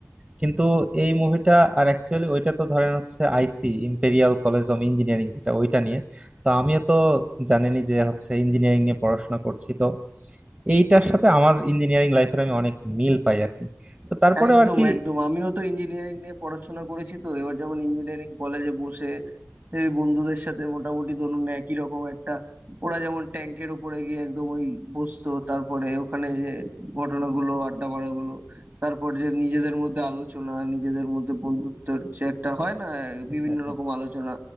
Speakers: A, on the right (about 30°); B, on the right (about 50°).
A: কিন্তু এই মুভিটা আর অ্যাকচুয়ালি ওইটা তো ধরেন হচ্ছে আইসি ইম্পেরিয়াল কলেজ অফ ইঞ্জিনিয়ারিং যেটা ওইটা নিয়ে তো আমিও তো জানেনই যে হচ্ছে ইঞ্জিনিয়ারিং নিয়ে পড়াশোনা করছি তো এইটার সাথে আমার ইঞ্জিনিয়ারিং লাইফের আমি অনেক মিল পাই আর কি তো তারপরেও
B: একদম
A: আর কি
B: একদম আমিও তো ইঞ্জিনিয়ারিং নিয়ে পড়াশোনা করেছি তো এবার যখন ইঞ্জিনিয়ারিং কলেজে বসে এই বন্ধুদের সাথে মোটামুটি ধরুন একই রকম একটা ওরা যেমন ট্যাঙ্কের ওপরে গিয়ে একদম ওই বসতো তারপরে ওখানে যে ঘটনাগুলো আড্ডা মারাগুলো তারপর যে নিজেদের মধ্যে আলোচনা নিজেদের মধ্যে বন্ধুত্বের যে একটা হয় না বিভিন্ন
A: হ্যাঁ, হ্যাঁ,
B: রকম আলোচনা